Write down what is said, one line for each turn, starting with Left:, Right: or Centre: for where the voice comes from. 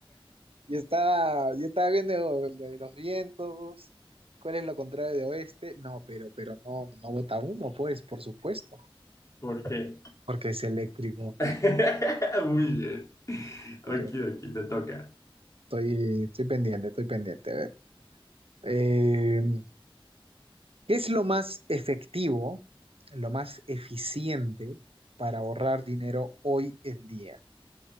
Right: Yo estaba, yo estaba viendo lo de los vientos. ¿Cuál es lo contrario de oeste? No, pero, pero no, no bota humo, pues, por supuesto,
Left: ¿Por qué?
Right: porque es eléctrico.
Left: <laughs> Muy
Right: Mm,
Left: bien. Aquí,
Right: eh,
Left: aquí te toca.
Right: Estoy, estoy pendiente, estoy pendiente. A ver. Eh, ¿Qué es lo más efectivo, lo más eficiente para ahorrar dinero hoy en día?